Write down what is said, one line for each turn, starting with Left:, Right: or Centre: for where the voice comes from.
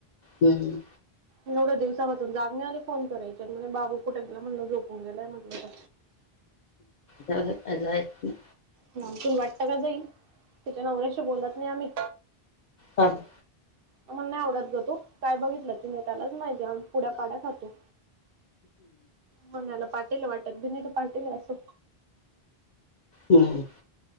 Left: हम्म.
Right: एवढ्या दिवसामधून जाग नाही आली फोन करायची आणि म्हणे बाबू कुठे गेला मी म्हटलं झोपून गेलाय म्हटलं.
Left: झाल काय जायचं नाही.
Right: तूला वाटत का जाईल? तिच्या नवऱ्याशी बोलत नाही आम्ही.
Left: हां. हा.
Right: मला नाही आवडत गं - काय बघितलं तिने त्यालाच माहितीे पुढ्या पाड्या खातो. म्हणायला पाटील आहे वाटत भि नाही तर पाटील असो.
Left: हं हं